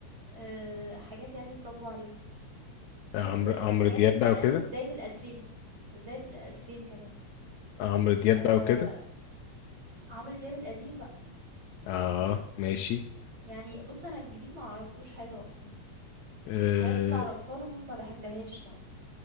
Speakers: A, on the right (about 35°); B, on the left (about 80°).
A: آه، حاجات يعني اتربوا عليها حاجات
B: عمرو عمرو
A: حاجات
B: دياب
A: التسعينات
B: بقى وكده
A: وبداية الألفين وبداية الألفين كمان
B: عمرو دياب
A: آه،
B: بقى وكده
A: عمرو دياب القديم بقى
B: اه ماشي
A: يعني بص أنا الجديد ما أعرفلوش حاجة أصلا
B: آه،
A: والحاجات اللي أعرفها له ما بحبهاش يعني